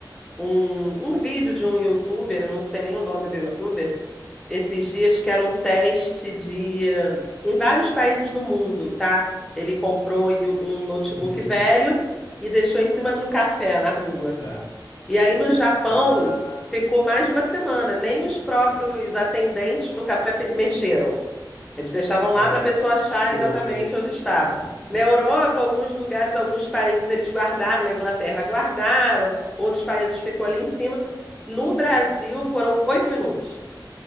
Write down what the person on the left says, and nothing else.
Uhum,
tá.
Ah,
não
mexe.
Que
loucura.